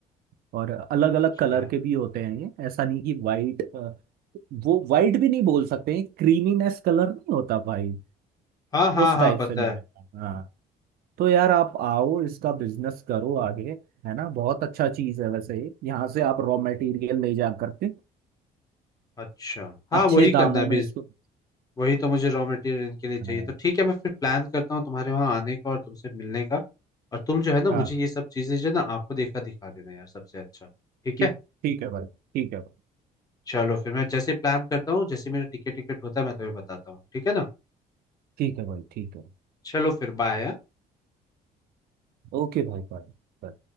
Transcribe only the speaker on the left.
अच्छा
हाँ हाँ
हाँ
पता
है
अच्छा हाँ
वही करना
है अभी
वही तो मुझे रॉ मटेरियल इनके लिए चाहिए
तो ठीक है मैं फिर प्लान करता हूँ तुम्हारे वहाँ आने का और तुमसे मिलने का और तुम जो है ना मुझे
ये सब चीज़ें जो है ना आपको देखा दिखा देना यार सबसे अच्छा ठीक
है
चलो फिर मैं जैसे प्लान करता हूँ जैसे मेरा टिकट टिकट होता है मैं तुम्हें बताता हूँ ठीक है ना
चलो फिर बाय